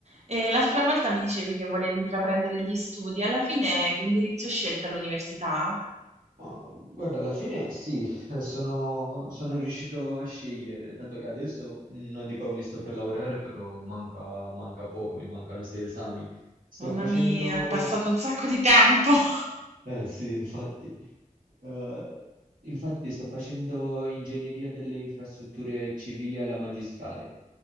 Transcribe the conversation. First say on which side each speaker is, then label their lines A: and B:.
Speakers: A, on the right; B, on the right.
A: E l'altra volta mi dicevi che volevi intraprendere gli studi, alla fine che indirizzo hai scelto all'università?
B: Ma, guarda, alla fine sì, eh, sono, sono riuscito a scegliere, tanto che adesso mh, non dico mi sto per laureare, però manca, manca poco, mi mancano sei esami. Sto
A: Mamma
B: facendo
A: mia, è passato
B: i-
A: un sacco di tempo. <laughs>
B: eh, sì, infatti. Eh, infatti sto facendo ingegneria delle infrastrutture civili alla magistrale,